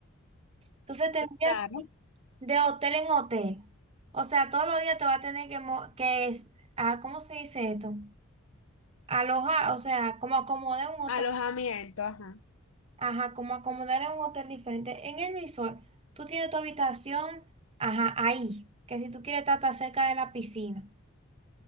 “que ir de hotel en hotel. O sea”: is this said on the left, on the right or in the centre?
Right